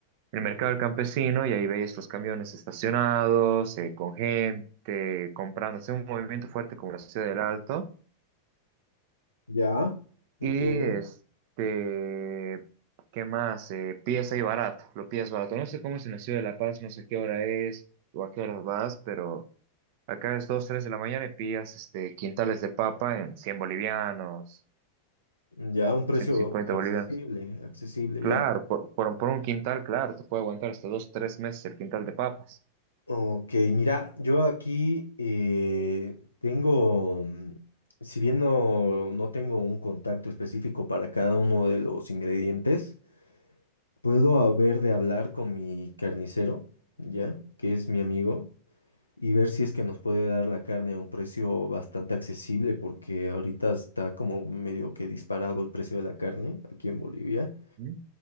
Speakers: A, on the right (about 50°); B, on the left (about 80°).
A: El mercado del campesino y ahí veis los camiones estacionados, eh, con gente comprando, hace un movimiento fuerte como la ciudad del Alto.
B: Ya, entiendo.
A: Y este, ¿qué más? Eh, pies ahí barato, lo pides barato. No sé cómo es en la ciudad de La Paz, no sé qué hora es o a qué horas vas, pero... Acá es 2 3 de la mañana y pillas este, quintales de papa en 100 bolivianos,
B: Ya, un precio
A: ciento cincuenta
B: accesible,
A: bolivianos.
B: accesible,
A: Claro,
B: ya.
A: por, por, por un quintal, claro, te puede aguantar hasta 2 3 meses el quintal de papas.
B: Ok, mira, yo aquí eh, tengo, mm, si bien no, no tengo un contacto específico para cada uno de los ingredientes, puedo haber de hablar con mi carnicero, ¿ya? Que es mi amigo, y ver si es que nos puede dar la carne a un precio bastante accesible, porque ahorita está como medio que disparado el precio de la carne aquí en Bolivia.
A: ¿Mm?